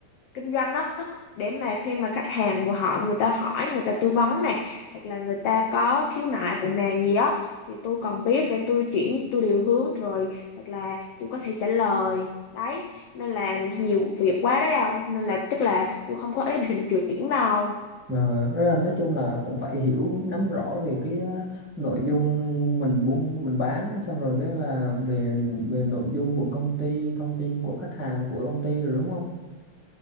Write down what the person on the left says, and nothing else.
kinh doanh đó để mà khi mà khách hàng người họ người ta hỏi người ta tư vấn này hoặc là người ta có khiếu nại phàn nàn gì đó thì tôi còn biết để tôi chuyển tôi điều hướng rồi hoặc là tôi có thể trả lời đấy nên là nhiều việc quá đấy ông nên là chắc là tôi không có ý định chuyển đâu